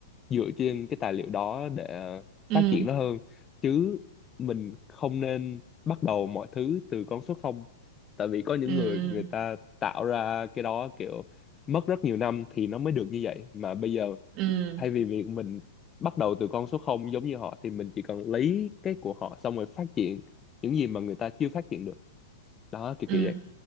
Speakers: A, on the left; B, on the right.
A: dựa trên cái tài liệu đó để
B: ừ
A: phát triển nó hơn chứ mình không nên bắt đầu mọi thứ từ con số không tại vì có những
B: ừ
A: người người ta tạo ra cái đó kiểu mất rất nhiều năm thì nó mới được như vậy mà bây giờ
B: ừ
A: thay vì việc mình bắt đầu từ con số không giống như họ thì mình chỉ cần lấy cái của họ xong rồi phát triển những gì mà người ta chưa phát triển được đó kiểu
B: ừ
A: kiểu vậy